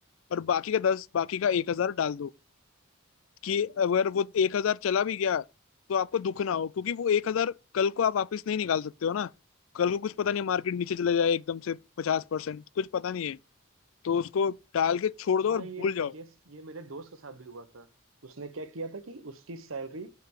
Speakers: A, on the left (about 75°); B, on the right (about 80°).
A: और बाकी का दस बाकी का एक हजार डाल दो कि अगर वो एक हजार चला भी गया तो आपको दुख ना हो क्योंकि वो एक हजार कल को आप वापस नहीं निकाल सकते हो ना कल को कुछ पता नहीं मार्केट नीचे चले जाए एकदम से पचास परसेंट कुछ पता नहीं है तो उसको डाल के छोड़
B: हाँ
A: दो और भूल
B: ये
A: जाओ
B: ये ये मेरे दोस्त के साथ भी हुआ था उसने क्या किया था कि उसकी सैलरी